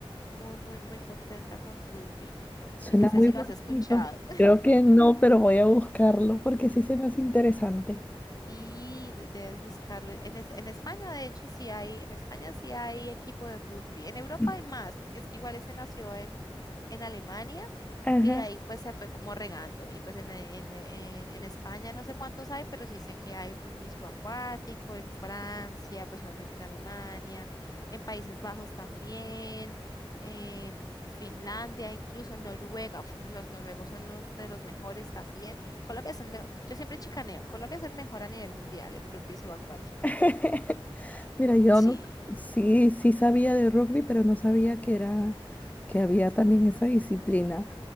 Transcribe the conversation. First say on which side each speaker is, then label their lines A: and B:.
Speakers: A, on the left; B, on the left.
A: Muy, muy, muy contenta con rugby. Sí,
B: Suena
A: no sé
B: muy
A: si lo has escuchado.
B: bonito. Creo que no, pero voy a buscarlo porque sí se me hace interesante.
A: Sí, de- debes buscarlo. En, es- en España, de hecho, sí hay, en España sí hay equipo de rugby. En Europa
B: Mm.
A: hay más, porque es que igual ese nació en, en Alemania
B: Ajá.
A: y de ahí pues se fue como regando. Y pues en, en, en, en España no sé cuántos hay, pero sí sé que hay rugby subacuático, en Francia, pues obviamente en Alemania, en Países Bajos también, en Finlandia, incluso Noruega. Los noruegos son unos de los mejores también. Colombia es el mejor, yo siempre chicaneo, Colombia es el mejor a nivel mundial en rugby subacuático.
B: <laughs> Mira, yo
A: Sí.
B: no, sí, sí sabía de rugby, pero no sabía que era, que había también esa disciplina.